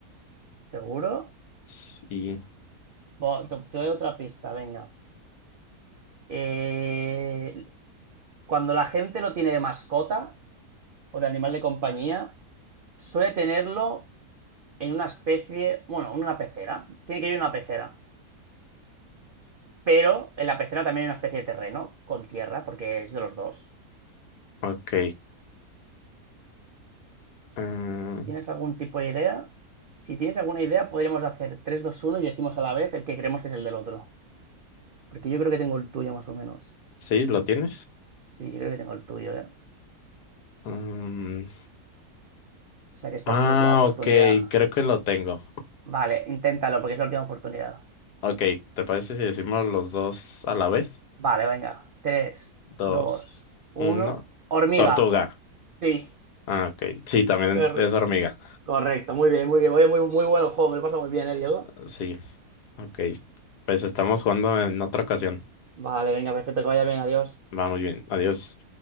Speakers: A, on the right; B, on the left.
A: ¿Seguro?
B: Sí,
A: Bo- te, te doy otra pista, venga. Eh, cuando la gente lo tiene de mascota o de animal de compañía, suele tenerlo en una especie, bueno, en una pecera. Tiene que ir en una pecera. Pero en la pecera también hay una especie de terreno con tierra, porque es de los dos.
B: ok. ah,
A: ¿Tienes algún tipo de idea? Si tienes alguna idea, podríamos hacer tres, dos, uno y decimos a la vez el que creemos que es el del otro. Porque yo creo que tengo el tuyo más o menos.
B: sí, ¿lo tienes?
A: Sí, yo creo que tengo el tuyo, ¿eh? O
B: Mm,
A: sea que esta
B: ah,
A: es tu última oportunidad.
B: ok, creo que lo tengo.
A: Vale, inténtalo porque es la última oportunidad.
B: Ok, ¿te parece si decimos los dos a la vez?
A: Vale, venga. Tres,
B: Dos,
A: dos, uno.
B: uno.
A: Hormiga.
B: Tortuga.
A: Sí.
B: Ah, ok. Sí, también
A: Cor-
B: es hormiga.
A: Correcto, muy bien, muy bien. Oye, muy, muy bueno el juego, me lo pasa muy bien, ¿eh, Diego?
B: Sí, ok. Pues estamos jugando en otra ocasión.
A: Vale, venga, perfecto, que vaya bien, adiós.
B: Va muy bien. Adiós.